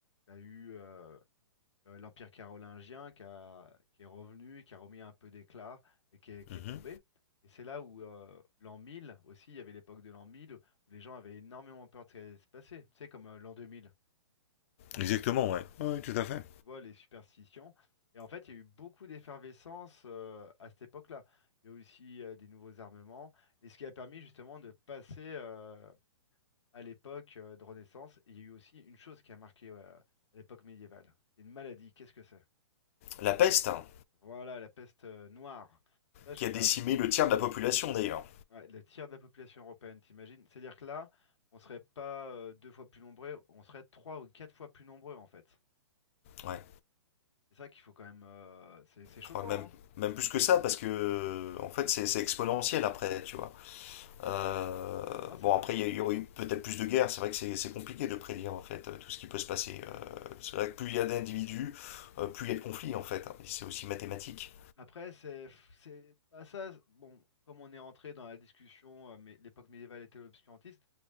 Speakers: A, on the left; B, on the left.
A: t'as eu euh, euh, l'Empire carolingien qui a- qui est revenu, qui a remis un peu d'éclat et qui est, qui
B: mhm.
A: est tombé. Et c'est là où euh, l'an 1000 aussi, il y avait l'époque de l'an 1000 où les gens avaient énormément peur de ce qui allait se passer. Tu sais, comme euh, l'an 2000,
B: Exactement, ouais. Oui, tout à fait.
A: tu vois, les superstitions. Et en fait, il y a eu beaucoup d'effervescence euh, à cette époque-là. Il y a eu aussi euh, des nouveaux armements, et ce qui a permis justement de passer euh, à l'époque euh, de Renaissance. Et il y a eu aussi une chose qui a marqué euh, à l'époque médiévale. C'est une maladie. Qu'est-ce que c'est?
B: La peste, hein,
A: Voilà, la peste euh, noire. Ça, je-
B: qui
A: ça
B: a décimé
A: a fait-
B: le tiers de la population d'ailleurs.
A: ouais, le tiers de la population européenne, t'imagines? C'est-à-dire que là, on serait pas euh, deux fois plus nombreux, on serait trois ou quatre fois plus nombreux en fait.
B: Ouais.
A: C'est ça qu'il faut quand même. euh, c'est c'est choquant,
B: Enfin, même,
A: hein?
B: même plus que ça, parce que en fait c'est c'est exponentiel après, tu vois. Euh,
A: Non, c'est
B: bon,
A: ça.
B: après il y, a- il y aurait eu peut-être plus de guerres, c'est vrai que c'est c'est compliqué de prédire en fait euh, tout ce qui peut se passer. Euh, c'est vrai que plus il y a d'individus, euh, plus il y a de conflits en fait. hein. Et C'est aussi mathématique.
A: Après, c'est, c'est, bah ça, bon, comme on est entré dans la discussion, euh, mais l'époque médiévale était l'obscurantisme,